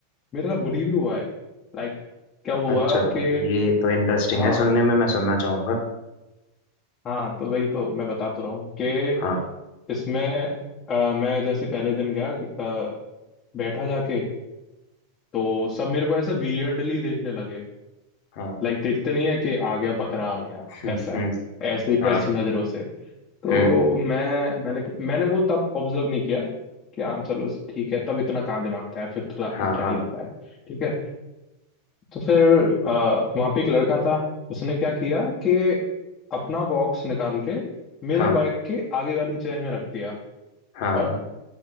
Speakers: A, on the left (about 30°); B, on the left (about 45°).
A: मेरे साथ बुली भी हुआ है लाइक क्या हुआ
B: अच्छा हाँ
A: कि
B: ये तो इंटरेस्टिंग
A: हाँ
B: है सुनने में मैं सुनना चाहूंगा
A: हाँ तो वही तो मैं बता तो रहा हूँ कि
B: हाँ
A: इसमें अ, मैं जैसे पहले दिन गया अ, बैठा जाके तो सब मेरे को ऐसे वियर्डली देखने लगे
B: हाँ
A: लाइक देखते नहीं है कि आ गया बकरा आ गया
B: हम्म
A: ऐसा
B: हम्म
A: ऐसे
B: हाँ
A: ऐसी नजरों से तो
B: हम्म
A: मैं मैंने मैंने वो तब ऑब्जर्व नहीं किया कि हाँ चलो ठीक है तब इतना कहाँ दिमाग था फिफ्थ क्लास
B: हाँ
A: में क्या
B: हाँ
A: ही होता है ठीक है तो फिर वहां पे एक लड़का था उसने क्या किया कि अपना बॉक्स निकाल के मेरे
B: हाँ
A: बैग के आगे वाली चेन में रख दिया
B: हाँ
A: और